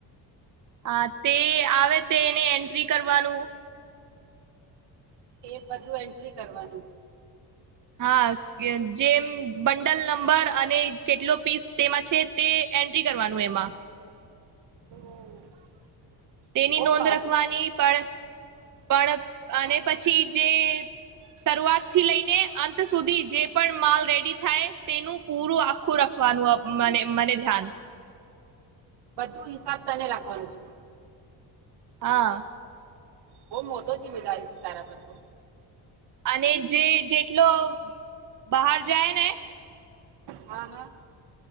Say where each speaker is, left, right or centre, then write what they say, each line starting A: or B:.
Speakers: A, on the right; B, on the right.
A: હા તે આવે તેને એન્ટ્રી કરવાનું
B: એ બધું એન્ટ્રી કરવાનું
A: હા કે જેમ બંડલ નંબર અને કેટલો પીસ તેમાં છે તે એન્ટ્રી કરવાનું એમાં
B: <unintelligible>
A: તેની
B: બો
A: નોંધ
B: કામ
A: રખવાની પણ પણ અને
B: હા હા
A: પછી જે શરૂઆત થી લઈને અંત સુધી જે પણ માલ રેડી થાય તેનું પૂરું આખું રાખવાનું મને ધ્યાન
B: બધું હિસાબ તને લખવાનું છે.
A: હા.
B: બોવ મોટો જીમેદારી છે તારા પર તો
A: અને જે જેટલો બહાર જાય ને
B: હા, હા